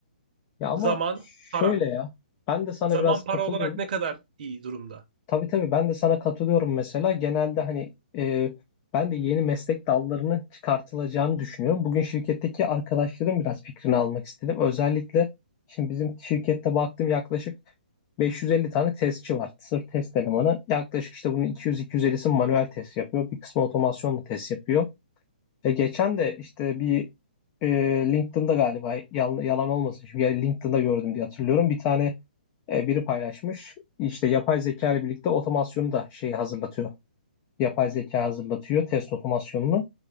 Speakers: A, on the left; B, on the right.
A: Ya ama
B: Zaman, para.
A: şöyle ya. Ben de sana
B: Zaman
A: biraz katılıyorum.
B: para olarak ne kadar iyi durumda?
A: Tabii tabii ben de sana katılıyorum mesela. Genelde hani e, ben de yeni meslek dallarının çıkartılacağını düşünüyorum. Bugün şirketteki arkadaşlarım biraz fikrini almak istedim. Özellikle şimdi bizim şirkette baktım yaklaşık 550 tane testçi var. Sırf test elemanı. Yaklaşık işte bunun 200-250'si manuel test yapıyor. Bir kısmı otomasyonla test yapıyor. Ve geçen de işte bir e, LinkedIn'da galiba yalan, yalan olmasın. Şimdi ya LinkedIn'da gördüm diye hatırlıyorum. Bir tane e, biri paylaşmış. İşte yapay zeka ile birlikte otomasyonu da şey hazırlatıyor yapay zeka hazırlatıyor test otomasyonunu.